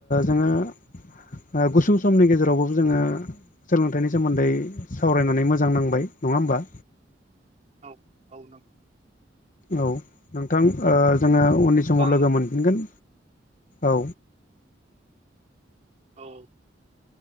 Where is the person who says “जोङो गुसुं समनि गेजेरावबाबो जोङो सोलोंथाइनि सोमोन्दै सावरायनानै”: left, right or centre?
Left